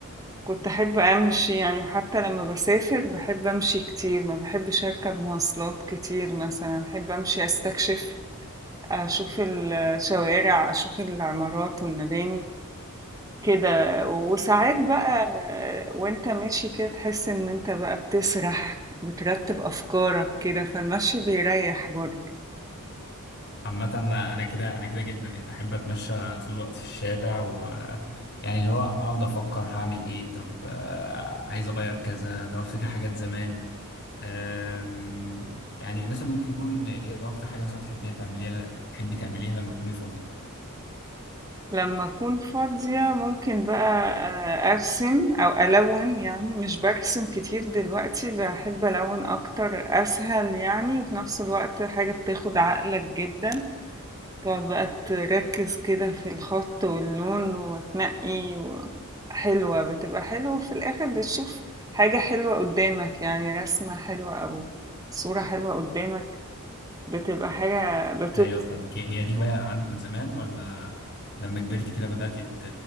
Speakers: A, on the right (about 15°); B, on the left (about 50°).
A: كنت أحب أمشي يعني حتى لما بسافر بحب أمشي كتير ما بحبش أركب مواصلات كتير مثلا أحب أمشي أستكشف أشوف الشوارع أشوف العمارات والمباني كده وساعات بقى آه، وانت ماشي كده تحس ان انت بقى بتسرح بترتب أفكارك كده فالمشي بيريح برضه
B: عامة أنا أنا كده أنا كده جدا يعني أحب أتمشى طول الوقت في الشارع و يعني اللي هو أقعد أفكر هعمل إيه طب آه، عايز أغير كذا طب أفتكر حاجات زمان آم، يعني مثلا ممكن يكون إيه أكتر حاجة مثلا بتحبيها تعمليها بتحبي تعمليها لما تكوني فاضية
A: لما أكون فاضية ممكن بقى آه، أرسم أو ألون يعني مش برسم كتير دلوقتي بحب ألون أكتر أسهل يعني وفي نفس الوقت حاجة بتاخد عقلك جدا تقعد بقى تركز كده في الخط واللون وتنقي و- حلوة بتبقى حلوة وفي الآخر بتشوف حاجة حلوة قدامك يعني رسمة حلوة أو صورة حلوة قدامك بتبقى حاجة بتبسط
B: أيوه فاهمك هي هي دي هواية عندك من زمان ولا لما كبرتي كده بدأتي ت-